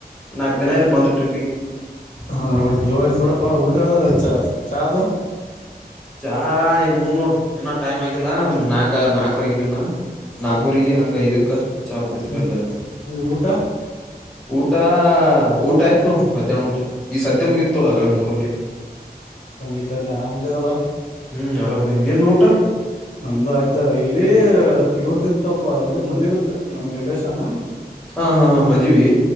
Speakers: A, in the centre; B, on the left.
A: ನಾಕ್ ದಿನ ಆಯಿತು ಬಂದು ಟ್ರಿಪಿಗೆ
B: ಹ ಒಟ್ಟು ಜೋರತ್ ಬಿಡಪ್ಪಾ ಊಟ ಚ ಚದು
A: ಚಾ ಇನ್ ಮುಂದ್ ನೋಡ ಇನ್ನಾ ಟೈಮ್ ಆಗಿಲ್ಲ ನಾಕ ನಾಲ್ಕು ಆಗಿಲಿನ ನಾಲ್ಕವರಿಗೆ
B: ಹ್ಮ್
A: ಹಂಗ ಐದಕ್ಕ ಚಾ ಕುಡ್ತಿೀವ
B: ಹ್ಮ್
A: ಎಲ್ಲಾರ
B: ಹ್ಮ್ ಊಟ
A: ಊಟ ಊಟ ಆಯ್ತು ನೋಡ ಮಧ್ಯಾಹ್ನ ಊಟ ಈ ಸದ್ಯ ಮುಗಿತ ನೋಡ್ ಆಗ್ಲೇ ಮೂರಕ್ಕೆ
B: ಮುಗಿತಾ ಏನ್ ಆರಾಮ್ ಇದಿರಲ್ಲ.
A: ಹ್ಮ್ ಆರಾಮಿದಿವಿ ನಿಂದ್ ಊಟ
B: ನಮ್ದು ಆಯ್ತ ಇಲ್ಲಿ ಇವ್ರದ ಇತ್ತಪ್ಪ ಇಲ್ಲಿ ಮದವಿ ಇತ್ತ ನಮ ರಿಲೇಷನ್
A: ಹಾಂ ಹಾಂ ಹಾಂ ಮದವಿ